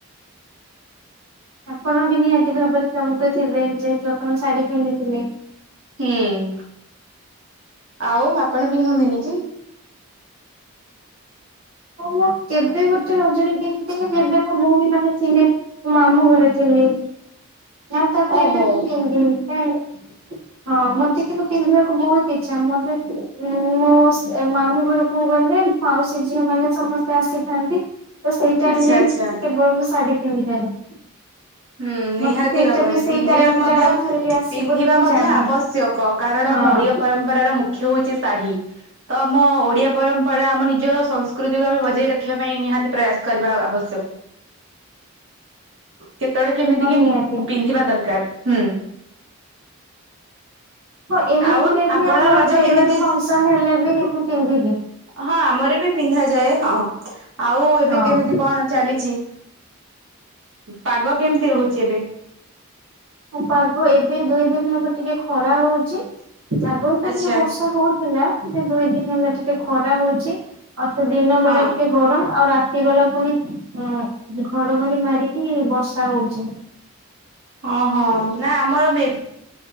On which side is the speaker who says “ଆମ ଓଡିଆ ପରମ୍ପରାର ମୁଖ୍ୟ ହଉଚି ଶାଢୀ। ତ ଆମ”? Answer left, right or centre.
Right